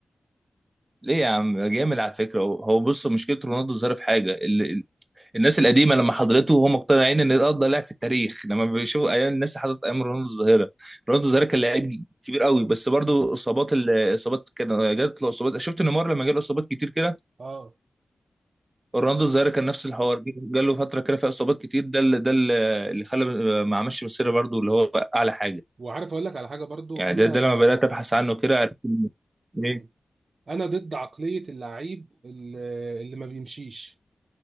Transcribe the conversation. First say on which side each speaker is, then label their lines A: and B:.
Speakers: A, on the right (about 30°); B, on the right (about 65°).
A: ليه يا عم جامد على فكره هو هو بص مشكله رونالدو الظاهره في حاجه الناس القديمه لما حضرته وهم مقتنعين ان ده افضل لاعب في التاريخ لما بيشوفوا ايام الناس حضرت ايام رونالدو الظاهره رونالدو
B: مم.
A: الظاهره كان لاعب كبير قوي بس برضه اصابات الاصابات كان جات له اصابات شفت نيمار لما جاله اصابات كتير كده
B: اه
A: رونالدو الظاهره كان نفس الحوار جاله فتره كده فيها اصابات كتير ده اللي ده اللي خلى ما عملش مسيره برضه اللي هو اعلى حاجه
B: وعارف اقول لك على حاجه برضو
A: يعني
B: انا
A: ده ده لما بدات ابحث عنه كده عرفت إن ليه
B: مم. انا ضد عقليه اللعيب اللي اللي ما بيمشيش